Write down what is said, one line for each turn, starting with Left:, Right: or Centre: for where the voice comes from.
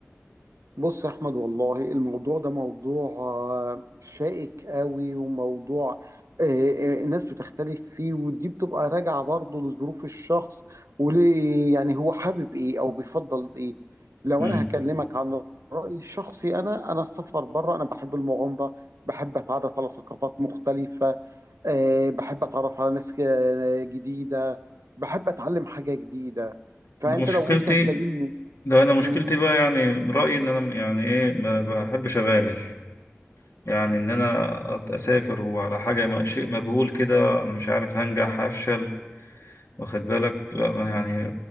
Right: بص يا احمد والله الموضوع ده موضوع آه، شائك قوي وموضوع آه، آه، الناس بتختلف فيه ودي بتبقى راجعة برضه لظروف الشخص وليه يعني هو حابب ايه او بيفضل ايه لو
Left: مم.
Right: انا هكلمك عن رأيي الشخصي انا انا السفر بره انا بحب المغامرة بحب اتعرف على ثقافات مختلفة آه، بحب اتعرف على ناس آه، جديده بحب اتعلم حاجه جديده فانت
Left: انا مشكلتي
Right: لو انت هتكلمني
Left: لا انا مشكلتي
Right: امم
Left: بقى يعني رايي ان انا يعني ايه ما بحبش اغامر يعني ان انا أت- اسافر وعلى حاجه ما- شيء مجهول كده انا مش عارف هنجح هفشل واخد بالك لا ما يعني